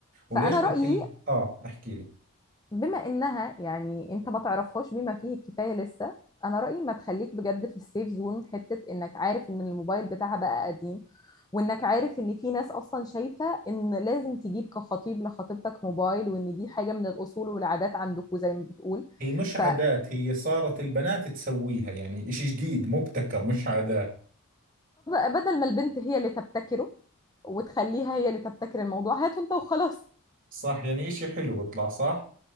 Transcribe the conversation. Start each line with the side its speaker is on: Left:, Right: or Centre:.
Right: وليش
Left: فانا
Right: قلت
Left: رايي
Right: لك آه أحكي لك
Left: بما انها يعني انت ما تعرفهاش بما فيه الكفايه لسه انا رايي ما تخليك بجد في السيف زون حته انك عارف ان الموبايل بتاعها بقى قديم وانك عارف ان في ناس اصلا شايفه ان لازم تجيب كخطيب لخطيبتك موبايل وان دي حاجه من الاصول والعادات عندكم زي ما بتقول
Right: هي مش
Left: فطب
Right: عادات هي صارت البنات تسويها يعني إشي جديد مبتكر مش عادات
Left: بدل ما البنت هي اللي تبتكره وتخليها هي اللي تبتكر الموضوع هاته انت وخلاص
Right: صح يعني إشي حلو بيطلع صح